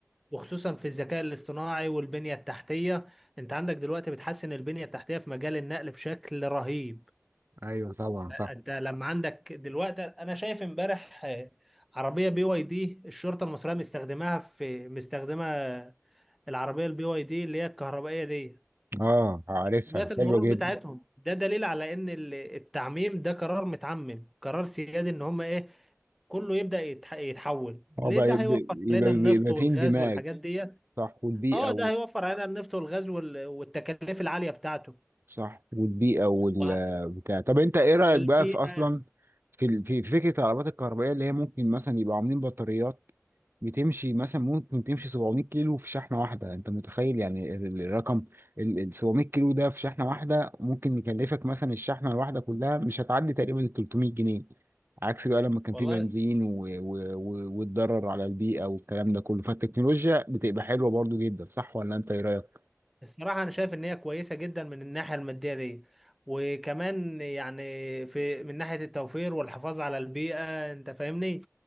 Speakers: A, in the centre; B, on the right (about 45°).
A: وخصوصا في الذكاء الاصطناعي والبنية التحتية انت عندك دلوقتي بتحسن البنية التحتية في مجال النقل بشكل رهيب
B: ايوه طبعا صح
A: انت لما عندك دلوقتي انا شايف امبارح آه، عربية بي واي دي الشرطة المصرية مستخدماها في مستخدمة العربية البي واي دي اللي هي الكهربائية دي
B: اه عارفها
A: بيئة المرور
B: حلوه جدا
A: بتاعتهم ده دليل على ان ال- التعميم ده قرار متعمم قرار سيادي ان هم ايه كله يبدأ يتح- يتحول
B: اه
A: ليه
B: بقى
A: ده
B: يبقى,
A: هيوفر
B: يبقى,
A: علينا
B: يبقى
A: النفط والغاز
B: في اندماج
A: والحاجات دي
B: صح والبيئه
A: اه ده هيوفر علينا النفط والغاز وال- والتكاليف العالية بتاعته
B: صح والبيئة والبتاع
A: و-
B: طب انت ايه رأيك
A: والبيئة
B: بقى في اصلا في ال- في في فكرة العربيات الكهربائية اللي هي ممكن مثلا يبقى عاملين بطاريات بتمشي مثلا ممكن تمشي 700 كيلو في شحنة واحدة انت متخيل يعني ال- ال- الرقم ال ال 700 كيلو ده في شحنة واحدة ممكن يكلفك مثلا الشحنة الواحدة كلها مش هتعدي تقريبا ال 300 جنيه عكس بقى لما كان
A: والله
B: في بنزين و- و- و- والضرر على البيئة والكلام ده كله فالتكنولوجيا بتبقى حلوة برضو جدا صح ولا انت ايه رأيك؟
A: الصراحة أنا شايف إن هي كويسة جدا من الناحية المادية دي وكمان يعني في من ناحية التوفير والحفاظ على البيئة أنت فاهمني؟